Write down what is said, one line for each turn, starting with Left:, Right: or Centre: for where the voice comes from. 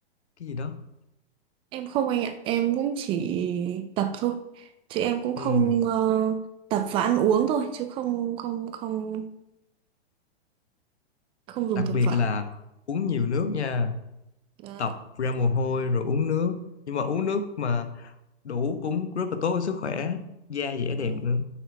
Left: cái gì đó
Right: Em không anh ạ, em cũng chỉ tập thôi. Chứ em cũng không
Left: Ừm,
Right: ờ, tập và ăn uống thôi chứ không không không không dùng
Left: đặc
Right: thực
Left: biệt
Right: phẩm.
Left: là uống nhiều nước nha
Right: Dạ.
Left: tập ra mồ hôi rồi uống nước nhưng mà uống nước mà đủ cũng rất là tốt cho sức khỏe da dẻ
Right: Vâng,
Left: đẹp nữa